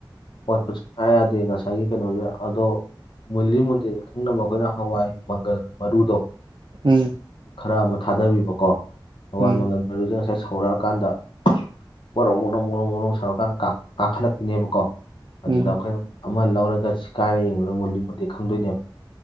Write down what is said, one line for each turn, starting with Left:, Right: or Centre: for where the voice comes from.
Left: ꯑꯣꯠꯄꯁꯨ ꯌꯥ ꯌꯥꯗꯦ ꯉꯁꯥꯏꯒꯤ ꯀꯩꯅꯣꯁꯤꯗ ꯑꯗꯣ ꯃꯨꯜꯂꯤ ꯃꯨꯟꯗ꯭ꯔꯤꯗ ꯈꯪꯅꯕ ꯑꯩꯈꯣꯏꯅ ꯍꯋꯥꯏ ꯃꯪꯒꯜ ꯃꯔꯨꯗꯣ
Right: ꯎꯝ
Left: ꯈꯔ ꯑꯃ ꯊꯥꯗꯕꯤꯕꯀꯣ ꯍꯋꯥꯏ
Right: ꯎꯝ ꯎꯝ
Left: ꯃꯪꯒꯜ ꯃꯔꯨꯖ ꯉꯁꯥꯏ ꯁꯧꯔꯥꯛ ꯀꯥꯟꯗ ꯑꯣꯔꯣꯛ ꯑꯣꯔꯣꯡ ꯑꯣꯔꯣꯡ ꯑꯣꯔꯣꯡ ꯁꯧꯔꯀꯥꯟꯗ ꯀꯥꯈꯠꯂꯛꯈꯤꯅꯦꯕꯀꯣ
Right: ꯎꯝ
Left: ꯑꯗꯨꯗ ꯑꯩꯈꯣꯏꯅ ꯑꯃ ꯂꯧꯔꯒ ꯁꯤ ꯀꯥꯏꯔ ꯌꯦꯡꯕꯗ ꯃꯨꯜꯂꯤ ꯃꯨꯟꯗꯦ ꯈꯪꯗꯣꯏꯅꯦꯕ